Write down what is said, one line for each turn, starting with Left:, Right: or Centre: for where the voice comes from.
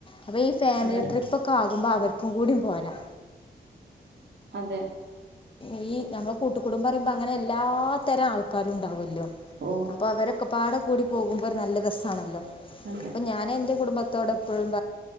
Left: അപ്പൊ ഈ ഫാമിലി
Right: അതെ
Left: ട്രിപ്പ് ഒക്കെ ആകുമ്പോ അവർക്ക് കൂടി പോരാ
Right: അതെ
Left: ഇനി നമ്മള് കൂട്ടുകുടുംബാന് പറയുമ്പോ അങ്ങനെ എല്ലാ തരം ആൾക്കാരും ഉണ്ടാവല്ലോ
Right: ഓ
Left: അപ്പൊ അവരൊക്കെ പാടെ കൂടി പോകുമ്പോ ഒരു നല്ല രസാണല്ലോ
Right: അതെ
Left: അപ്പൊ ഞാൻ എന്റെ കുടുംബത്തോടെപ്പഴും